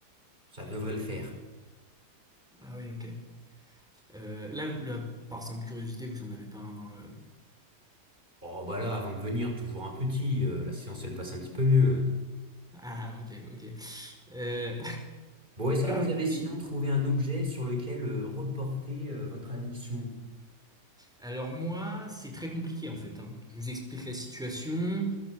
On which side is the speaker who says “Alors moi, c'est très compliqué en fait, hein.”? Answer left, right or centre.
Centre